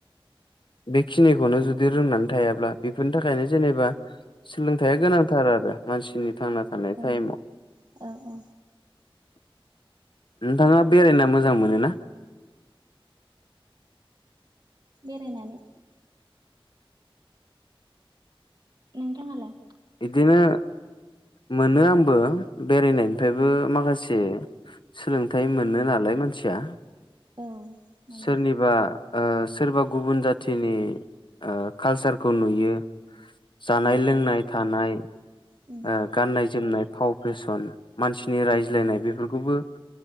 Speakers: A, on the left; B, on the right.
A: बेखिनिखौनो जुदि रोंनानै थायाब्ला बेफोरनि थाखायनो जेनेबा सोलोंथायाइया गोनांथार आरो मानसिनि थांना थानाय
B: औ
A: टाइमाव
B: औ औ
A: नोंथाङा बेरायना मोजां मोनो ना
B: बेरायनानै नोंथाङालाय
A: बिदिनो मोनो आंबो बेरायनायनिफ्रायबो माखासे सोलोंथाइ मोनो नालाय मानसिया
B: औ माने
A: सोरनिबा ओ सोरबा गुबुन जाथिनि ओ कालसारखौ नुयो जानाय
B: औ
A: लोंनाय थानाय
B: उम
A: ओ गाननाय जोमनाय फाव फेसन मानसिनि रायज्लायनाय बेफोरखौबो